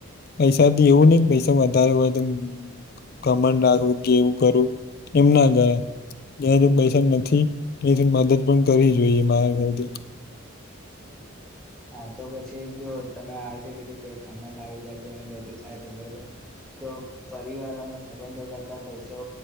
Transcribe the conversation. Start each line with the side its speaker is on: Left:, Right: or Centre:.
Left: પૈસા થી એવું ની પૈસા વધારે હોય તો ઘમંડ રાખું કેવું કરું એમ ના કરાય. જ્યાંથી પૈસા નથી એથી મદદ પણ કરવી જોઈએ મારા ખયાલથી.
Centre: હા તો પછી જો તમે આ રીતે કીધું કે ઘમંડ આવી જાય છે ને એ બધું થાય છે બરોબર. તો પરિવાર અને સંબંધો કરતા પૈસો